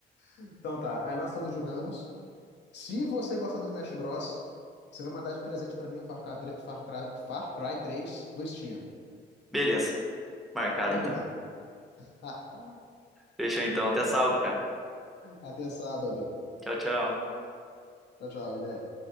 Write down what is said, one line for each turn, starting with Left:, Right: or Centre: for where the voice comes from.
Left: Então tá, aí nós todos jogamos. Se você gostar do Smash Bros, você vai mandar de presente pra mim o Far Cry, tre- Far Cry, Far Cry 3 no Steam.
Centre: Beleza. Marcado
Left: Combinado.
Centre: então.
Left: <laughs>
Centre: Fechou então. Até sábado, cara.
Left: Até sábado.
Centre: Tchau, tchau.
Left: Tchau, tchau, Guilherme.